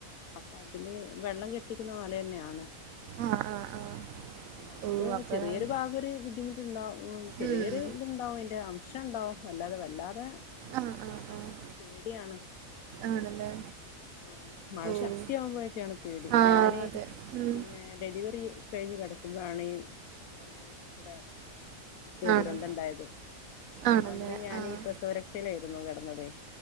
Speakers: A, on the left; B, on the right.
A: അപ്പൊ അതില് വെള്ളം കെട്ടിക്കുന്ന മല തന്നെയാണ്
B: ആഹ് ആഹ് ആഹ്
A: പക്ഷെ നമ്മക്ക്
B: ഓഹ് അപ്പഴാണ്
A: ചെറിയൊരു ഭാഗം ഒരു ബുദ്ധിമുട്ടുണ്ടാവും ചെറിയൊരു
B: ഉം
A: ഇത്ണ്ടാവും അതിന്റെ അംശം <unintelligible> അല്ലാതെ വല്ലാതെ പ്രശ്നമുണ്ടാവൂല്ല
B: ആഹ് ആഹ്
A: എന്നാല്
B: ആഹ്
A: ഒരു പേടിയാണ്
B: ആണല്ലേ
A: ആ മഴ
B: ഓഹ്
A: ശക്തിയാവുമ്പോഴൊക്കെയാണ് പേടി
B: ആഹ്
A: ഞാന്
B: അതെ ഉം
A: പിന്നെ ഡെലിവറി കഴിഞ്ഞു കിടക്കുമ്പോഴാണ് ഈ എ ഇവിടെ ഇത്
B: ആണ്
A: ദുരന്തം ഉണ്ടായത്
B: ആണല്ലേ
A: അന്ന് ഞാന്
B: ആഹ്
A: പ്രസവരക്ഷയിലായി രുന്നു കെടന്നതെ